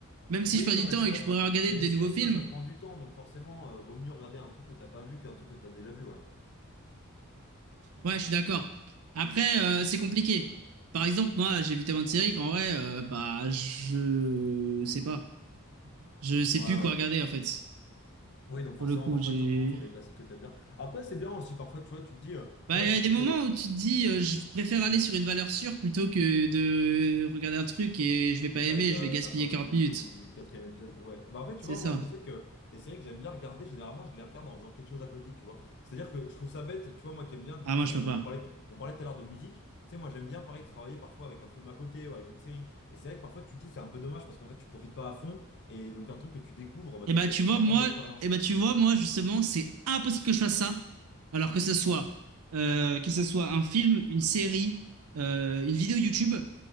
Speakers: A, on the right; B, on the left.
A: Même si
B: Oui,
A: je perds
B: non,
A: du
B: mais
A: temps
B: c'est
A: et
B: vrai.
A: que je pourrais regarder
B: Mais
A: des
B: les séries,
A: nouveaux films,
B: tu vois, ça te prend du temps, donc forcément, euh, vaut mieux regarder un truc que t'as pas vu qu'un truc que t'as déjà vu, ouais.
A: Ouais, je suis d'accord. Après, euh, c'est compliqué. Par exemple, moi, j'ai vu tellement de séries qu'en vrai, euh, bah, je sais pas. Je sais
B: Ouais,
A: plus quoi
B: ouais.
A: regarder, en fait.
B: Oui, donc forcément,
A: Pour le coup,
B: parfois,
A: j'ai.
B: tu retombes sur des classiques que t'aimes bien. Après, c'est bien aussi, parfois, tu vois, tu te dis, euh,
A: Bah,
B: moi,
A: il
B: je
A: y a
B: sais
A: des moments
B: que...
A: où tu te dis, euh, je préfère aller sur une valeur sûre plutôt que de regarder un truc et je vais pas
B: C'est ça,
A: aimer,
B: et, euh,
A: je vais gaspiller
B: t'as peur d'être
A: 40
B: déçu
A: minutes.
B: au bout du quatrième épisode. Ouais. Bah après, tu
A: C'est
B: vois,
A: ça.
B: moi, je sais que les séries que j'aime bien regarder, généralement, je les regarde en faisant quelque chose à côté, tu vois. C'est-à-dire que je trouve ça bête, tu vois, moi qui aime bien, du
A: Ah,
B: coup,
A: moi,
B: tra-
A: je peux
B: on
A: pas.
B: en parlait, t- on parlait tout à l'heure de musique. Tu sais, moi, j'aime bien, pareil, travailler parfois avec un film à côté ou avec une série. Et c'est vrai que parfois, tu te dis, c'est un peu dommage parce qu'en fait, tu profites pas à fond. Et donc, un truc que tu découvres, bah,
A: Et
B: tu
A: bah,
B: profiteras
A: tu vois, moi,
B: pas de l'expérience.
A: et bah, tu vois, moi, justement, c'est impossible que je fasse ça. Alors que ce soit, euh, que ce soit un film, une série, euh, une vidéo YouTube.